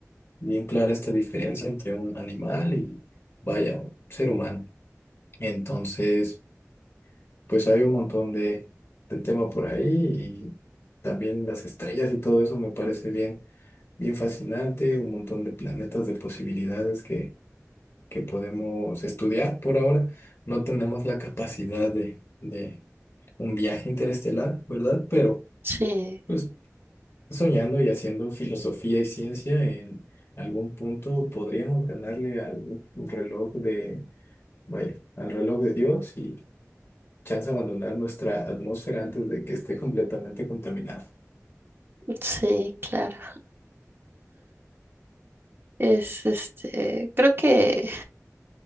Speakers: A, on the left; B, on the right.
A: bien clara esta diferencia entre un animal y, vaya, un ser humano. Entonces, pues hay un montón de, de tema por ahí y también las estrellas y todo eso me parece bien bien fascinante, un montón de planetas, de posibilidades que, que podemos estudiar por ahora. No tenemos la capacidad de, de un viaje interestelar, ¿verdad? Pero
B: sí,
A: pues soñando y haciendo filosofía y ciencia, en algún punto podríamos ganarle al reloj de, vaya, al reloj de Dios y chance abandonar nuestra atmósfera antes de que esté completamente contaminada.
B: sí, claro. Es este, creo que